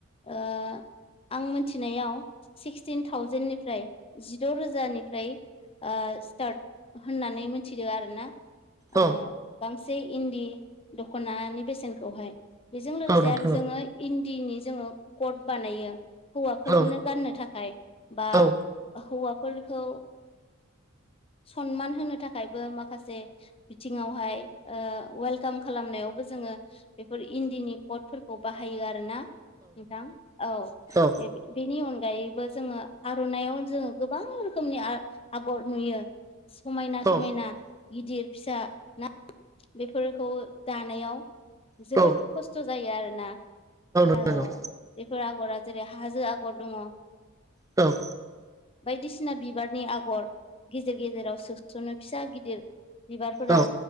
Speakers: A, on the left; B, on the right.
A: ओ आं मिथिनायाव सिक्सटिन थावजेेननिफ्राय जिद' रोजानिफ्राय ओ स्टार्ट होननानै मिथिदों आरो ना
B: औ
A: ओ गांसे इन्दि दख'नानि बेसेनखौहाय बेजों लोगोसे
B: औ नोंथां
A: आरो जोङो इन्दिनि जोङो कट बानायो हौवाफोरनो
B: औ
A: गाननो थाखाय बा
B: औ
A: हौवाफोरखौ सनमान होनो थाखायबो माखासे बिथिङावहाय ओ वेलकाम खालामनायावबो जोङो बेफोर इन्दिनि कडफोरखौ बाहायो आर ना नोंथां औ
B: औ
A: बे बेनि अनगायैबो जोङो आर'नाइाव जोङो गोबां रोखोमनि आ आगर नुयो समायना
B: औ
A: समायना गिदिर फिसा ना बेफोरखौ दानायाव जोबोद
B: औ नोंथां औ
A: खस्थ' जायो आरोना
B: हेल'
A: औ बेफोर आगरा जेरै हाजो आगर दङ
B: औ
A: बायदिसिना बिबारनि आगर गेजेर गेजेराव सोस'नो फिसा गिदिर बिबार फोरा
B: औ नोंथां